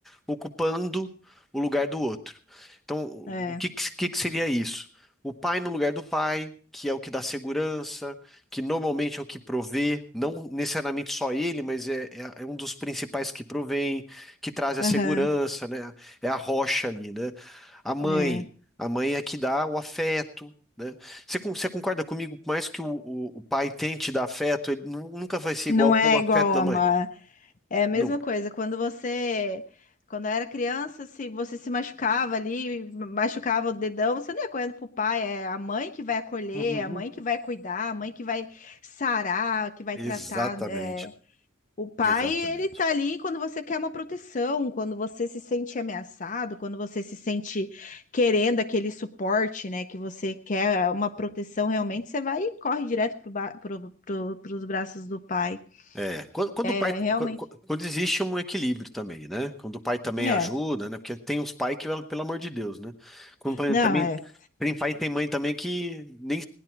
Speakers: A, in the centre; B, on the left.
A: ocupando o lugar do outro. Então, o
B: É.
A: que, que que que seria isso? O pai no lugar do pai, que é o que dá segurança, que normalmente é o que provê, não necessariamente só ele, mas é, é, é um dos principais que provém, que traz a
B: Aham.
A: segurança, né? É a rocha ali, né? A mãe,
B: É.
A: a mãe é a que dá o afeto né? Você, con- você concorda comigo? Por mais que o, o, o pai tente dar afeto, ele nu- nunca vai ser
B: Não
A: igual com
B: é
A: o afeto
B: igual
A: da
B: a
A: mãe.
B: uma. É a mesma
A: Nunca.
B: coisa. Quando você, quando eu era criança, se você se machucava ali, machucava o dedão, você não ia correndo pro pai, é a mãe que vai acolher,
A: Uhum.
B: a mãe que vai cuidar, a mãe que vai sarar, que vai
A: Exatamente.
B: tratar. é. O pai,
A: Exatamente.
B: ele tá ali quando você quer uma proteção, quando você se sente ameaçado, quando você se sente querendo aquele suporte, né, que você quer uma proteção realmente, você vai e corre direto pro, ba- pro, pro, pros braços do pai.
A: É, quando, quando
B: É,
A: o pai, quando,
B: realmente.
A: quando existe um equilíbrio também, né? Quando o pai também
B: É.
A: ajuda, né? Porque tem uns pais que, pelo amor de Deus, né? Quando pai-
B: Não,
A: também
B: é.
A: tem pai e tem mãe também que nem